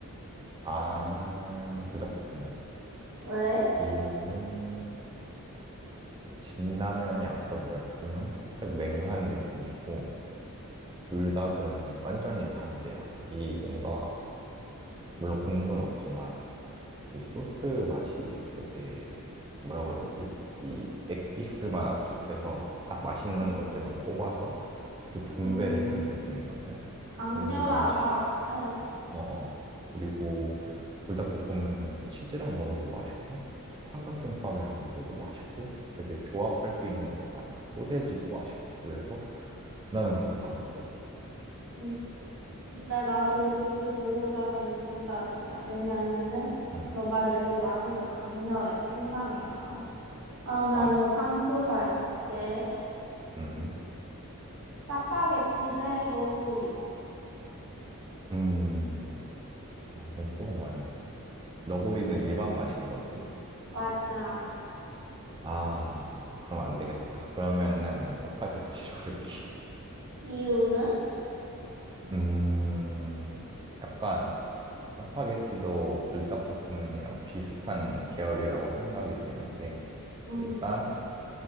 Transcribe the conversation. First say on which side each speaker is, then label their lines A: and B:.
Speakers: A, on the right; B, on the right.
A: 나는 불닭볶음면.
B: 왜?
A: 이유는 진라면이 아까도 말했지만 살짝 맹한 느낌이 있고 불닭은 완전히 반대야. 이 뭔가 물론 국물은 없지만 이 소스 맛이 되게 뭐라고 해야 되지? 이 액기스만 압축해서 딱 맛있는
B: 음.
A: 것들만 뽑아서 이렇게 분배를
B: 음,
A: 해놓은 느낌이거든.
B: 강렬하다.
A: 그래서 나는
B: 응.
A: 어어. 그리고 불닭볶음면은 치즈랑 먹어도 맛있고, 삼각김밥이랑 먹어도 맛있고, 되게 조합할 수 있는 게 많아. 소세지도 맛있고. 그래서 나는 불닭을 고를게.
B: 음. 근데 나도 둘 중 고르자면은 불닭이야. 왜냐면은
A: 응,
B: 너 말대로 맛이 더 강렬해. 인상에 남아. 그러면은
A: 맞아.
B: 3조 갈게.
A: 음,
B: 짜파게티 대 너구리.
A: 음. 와, 이건 조금 어렵네. 너구리는
B: 지.
A: 일반 맛인 거지.
B: 맞아.
A: 아, 그럼 안 되겠다. 그러면은 난 짜파게티로 <laughs> 고를게.
B: 이유는?
A: 음, 약간 짜파게티도 불닭볶음면이랑 비슷한 계열이라고 생각이 드는 게
B: 음.
A: 일단